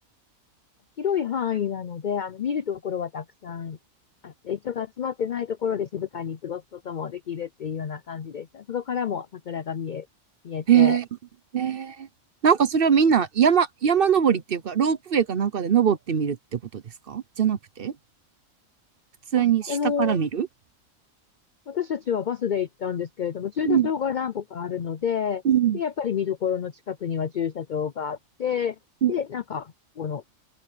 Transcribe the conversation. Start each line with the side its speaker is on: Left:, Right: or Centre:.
Left: 広い範囲なので、あの、見るところはたくさんあって、人が集まってないところで静かに過ごすこともできるっていうような感じでした。そこからも桜が見え、見えて、
Right: へえへえなんかそれはみんな山、山登りっていうか、ロープウェイかなんかで登ってみるってことですかじゃなくて、普通に下から見る
Left: あ、あの、私たちはバスで行ったんですけれども、駐車場が何個かあるので、
Right: うん、うん、
Left: で、やっぱり見どころの近くには駐車場があって、
Right: うん。
Left: で、なんか、この、